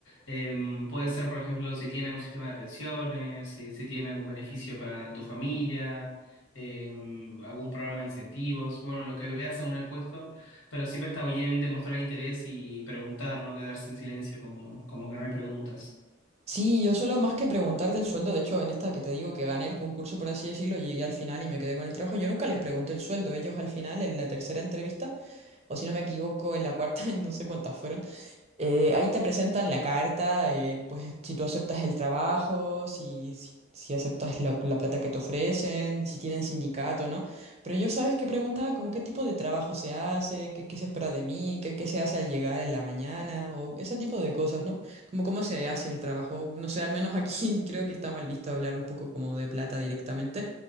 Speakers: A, on the left; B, on the right.
A: Em, puede ser, por ejemplo, si tiene un sistema de pensiones, si, si tiene algún beneficio para tu familia, em, algún programa de incentivos, bueno, lo que veas según el puesto pero siempre está bien demostrar interés y preguntar, no quedarse en silencio como, como que no hay preguntas.
B: Sí, yo solo más que preguntar del sueldo, de hecho, en esta que te digo que gané el concurso, por así decirlo, llegué al final y me quedé con el trabajo. Yo nunca les pregunté el sueldo, ellos al final, en la tercera entrevista, o si no me equivoco, en la cuarta, <laughs> y no sé cuántas fueron. Eh, ahí te presentan la carta, eh, pues si tú aceptas el trabajo, si, si, si aceptas la, la plata que te ofrecen, si tienen sindicato, ¿no? Pero yo sabes que preguntaba como qué tipo de trabajo se hace, qué, qué se espera de mí, qué, qué se hace al llegar en la mañana, o ese tipo de cosas, ¿no? Como cómo se hace el trabajo. No sé, al menos aquí <laughs> creo que está mal visto hablar un poco como de plata directamente.